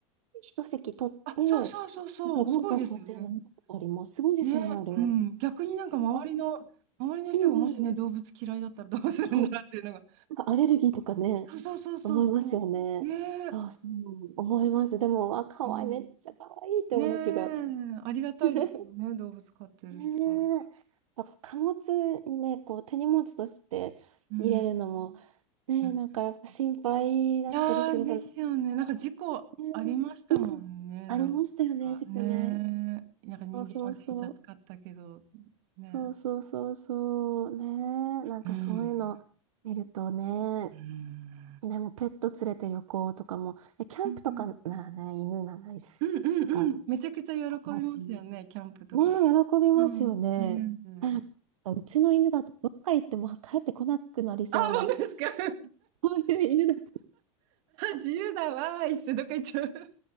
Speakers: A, on the right (about 80°); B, on the right (about 60°).
A: 一席取って、
B: あ、そうそうそうそう、
A: なんかワンちゃん座ってるの見たことあります。
B: すごいですよね。
A: すごいですよね、
B: ね、
A: あれ。あ
B: うん。逆になんか周りの、
A: れ、
B: 周りの人がもしね、
A: うんうん。
B: 動物嫌いだったらどうするんだろうっていうのが。
A: そう、なんかアレルギーとかね、
B: そうそうそうそうそう。
A: 思いますよね。
B: ねえ、
A: そうそう、思います。でも、あ、可愛い、
B: うん、
A: めっちゃ可愛いって思うけど。
B: ねえ、ありがたいですよね、
A: <laughs>
B: 動物飼ってる人からしたら。
A: ねえ、やっぱ貨物にね、こう手荷物として入れるのも、
B: うん。
A: ねえ、
B: うん
A: なんかやっぱ心配だったりするじゃないですか。
B: いやー、ですよね。なんか事故ありましたもんね、
A: ねえありましたよね、
B: なんかねえ、
A: 事故ね。
B: なんか人間は全員助かったけど、
A: そうそうそう。
B: ね
A: そうそうそうそう。ねえ、なんかそういうの見るとね、
B: え。うん。うん。
A: でもペット連れて旅行とかも、えキャンプとかならね、
B: うん
A: 犬なら、なん
B: うんうんうん。
A: か、
B: めちゃくちゃ喜びますよね、
A: 友達に。
B: キャンプとか。
A: ねえ、喜びますよね。
B: うん。ねえ。
A: あ、うちの犬だとどっか行っても帰ってこなくなりそうな、
B: あ、本当ですか。<laughs> あ、
A: <laughs> そういう犬だった。
B: 自由だわーいっつってどっか行っちゃう。